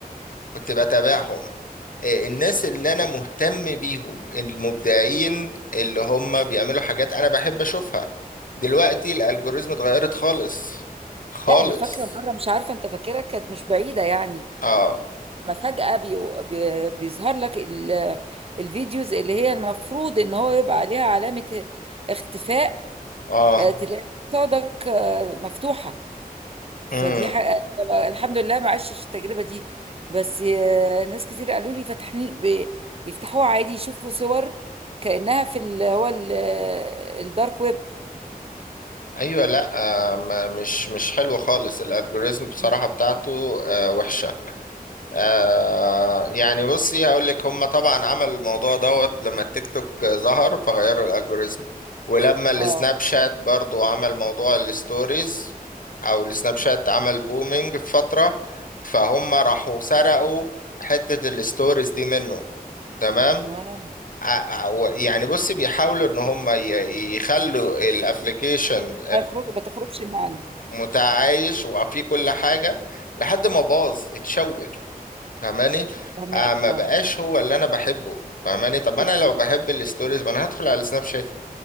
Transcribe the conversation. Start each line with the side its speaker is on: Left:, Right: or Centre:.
Left: كنت بتابعهم آه، الناس اللي انا مهتم بيهم المبدعين اللي هم بيعملوا حاجات انا بحب اشوفها دلوقتي الالجوريزم اتغيرت خالص خالص
Right: لا انا فاكره مره مش عارفه انت فاكرها كانت مش بعيده يعني
Left: اه
Right: لما فجأة بيو- بي- بيظهر لك ال- الفيديوز اللي هي المفروض ان هو يبقى عليها علامة اختفاء
Left: اه
Right: آه، تلاقي قصادك آه، مفتوحة فدي
Left: امم
Right: حقيقة الحمد لله ما عشتش التجربة دي بس آه، ناس كتير قالوا لي فتحني ب- بيفتحوها عادي يشوفوا صور كأنها في ال- هو ال- الدارك ويب
Left: ايوه لا آه ما مش مش حلو خالص الالجوريزم بصراحة
Right: مم.
Left: بتاعته آه وحشة آه يعني بصي هقول لك هم طبعا عملوا الموضوع دوت لما التيك توك ظهر فغيروا الالجوريزم ولما السناب
Right: اه
Left: شات برضو عمل موضوع الستوريز او السناب شات عمل بومينج في فترة فهم راحوا سرقوا حتة الستوريز دي منه تمام
Right: اه
Left: ع- ع- و- يعني بصي بيحاولوا ان هم ي- يخلوا الابليكيشن
Right: ما يخرج ما تخرجش من عنده
Left: متعايش وفيه كل حاجة لحد ما باظ اتشوه فاهماني
Right: فهماك
Left: آه ما
Right: اه
Left: بقاش هو اللي انا بحبه فاهماني طب
Right: بس
Left: انا لو بحب الستوريز ما انا هدخل على سناب شات